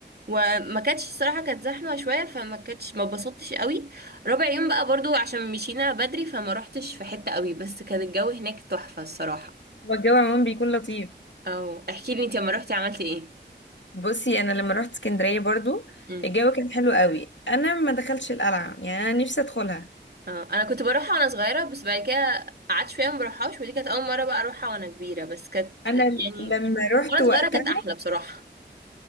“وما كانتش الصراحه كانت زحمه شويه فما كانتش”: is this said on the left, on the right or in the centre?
Right